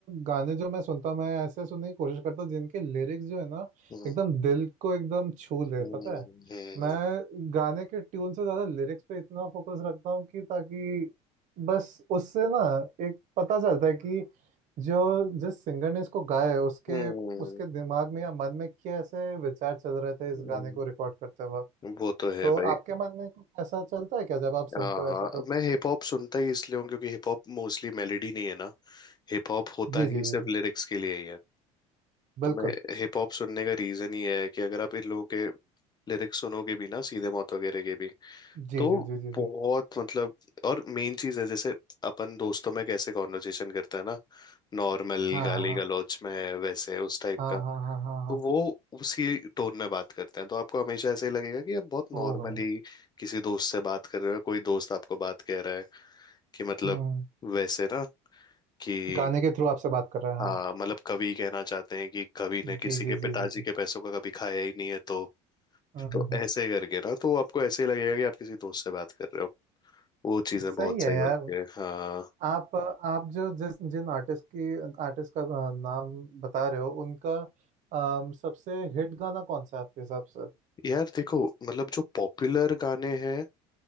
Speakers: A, on the right; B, on the left.
A: गाने जो मैं सुनता हूँ मैं ऐसे सुनने की कोशिश करता हूँ जिनके लिरिक्स जो है ना
B: हम्म
A: एकदम दिल को एकदम छू ले
B: हम्म
A: पता है
B: हम्म
A: मैं गाने के ट्यून से ज़्यादा लिरिक्स पे इतना फोकस रखता हूँ कि ताकि बस उससे ना एक पता चलता है कि जो जिस सिंगर ने इसको गाया है उसके
B: हम्म,
A: उसके दिमाग में या मन में कैसे विचार चल रहे थे इस
B: हम्म,
A: गाने को रिकॉर्ड करते वक्त
B: हम्म, वो तो है
A: तो
B: भाई
A: आपके मन में कुछ ऐसा चलता है क्या जब आप
B: हाँ
A: सुनते हो
B: हाँ
A: ऐसा कुछ
B: मैं हिप हॉप सुनता ही इसलिए हूँ क्योंकि हिप हॉप मोस्टली मेलेडी नहीं है ना हिप हॉप होता
A: जी जी
B: ही
A: जी
B: सिर्फ
A: जी
B: लिरिक्स के लिए ही है
A: बिल्कुल
B: तो मैं हिप हॉप सुनने का रीजन ही है कि अगर आप इन लोगों के लिरिक्स सुनोगे भी ना सीधे मौत वगैरह के भी
A: जी
B: तो
A: जी जी जी
B: बहुत
A: जी
B: मतलब और मेन चीज है जैसे अपन दोस्तों में कैसे कॉन्वर्जेशन करते हैं ना नॉर्मल
A: हाँ
B: गाली
A: हाँ
B: गलौच में वैसे उस टाइप
A: हाँ
B: का
A: हाँ हाँ हाँ हाँ हाँ
B: तो वो उसी टोन में बात करते हैं तो आपको हमेशा ऐसे ही लगेगा कि आप बहुत नॉर्मली
A: ओ भाई
B: किसी दोस्त से बात कर रहे हो कोई दोस्त आपको बात कह रहा है कि मतलब
A: हम्म
B: वैसे ना कि
A: गाने के थ्रू आपसे बात कर रहे हैं हाँ
B: हाँ मतलब कवि कहना चाहते हैं कि कवि ने किसी
A: जी
B: के
A: जी
B: पिताजी
A: जी जी जी
B: के पैसों का कभी खाया ही नहीं है तो
A: हम्म
B: तो
A: हम्म हम्म।
B: ऐसे करके ना तो आपको ऐसे ही लगेगा कि आप किसी दोस्त से बात कर रहे हो वो चीजें
A: सही
B: बहुत
A: है
B: सही
A: यार
B: होती है हाँ
A: आप आप जो जिस जिन आर्टिस्ट की आर्टिस्ट का अ, नाम बता रहे हो उनका अम, सबसे हिट गाना कौन सा है आपके हिसाब से
B: यार देखो मतलब जो पॉपुलर गाने हैं